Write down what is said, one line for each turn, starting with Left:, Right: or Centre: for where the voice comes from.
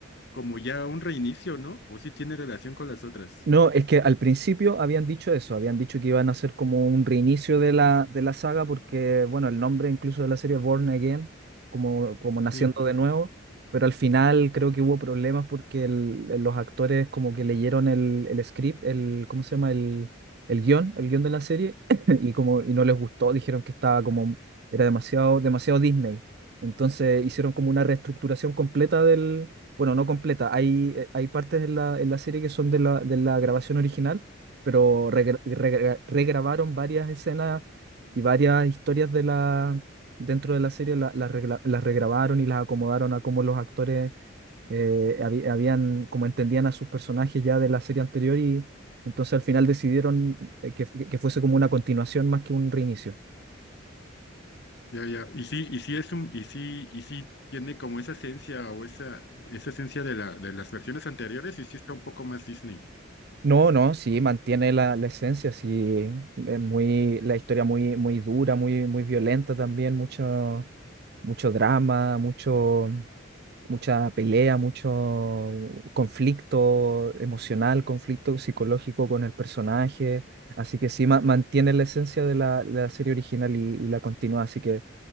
Left: como ya un reinicio, ¿no? O sí tiene relación con las otras.
Right: No, es que al principio habían dicho eso, habían dicho que iban a hacer como un reinicio de la, de la saga, porque, bueno, el nombre incluso de la serie es Born Again, como, como naciendo
Left: Sí,
Right: de nuevo, pero al final creo que hubo problemas porque el- los actores como que leyeron el, el script, el, ¿cómo se llama? El, el guión, el guión de la serie, <laughs> <clears throat> y como, y no les gustó, dijeron que estaba como, era demasiado, demasiado Disney. Entonces hicieron como una reestructuración completa bueno, no completa. Hay, eh, hay partes en la, en la serie que son de la, de la grabación original, pero regra- regra- regrabaron varias escenas y varias historias de la, dentro de la serie, la- las regla- las regrabaron y las acomodaron a cómo los actores eh, habi- habían, como entendían a sus personajes ya de la serie anterior y entonces al final decidieron eh, que, que fuese como una continuación más que un reinicio.
Left: ya, ya. Y sí, y sí es un, y sí, y sí tiene como esa esencia o esa, esa esencia de la, de las versiones anteriores y sí está un poco más Disney.
Right: No, no, sí, mantiene la, la esencia, sí, es muy, la historia muy, muy dura, muy, muy violenta también, mucho, mucho drama, mucho, mucha pelea, mucho conflicto emocional, conflicto psicológico con el personaje, así que sí, ma- mantiene la esencia de la, de la serie original y, y la continúa, así que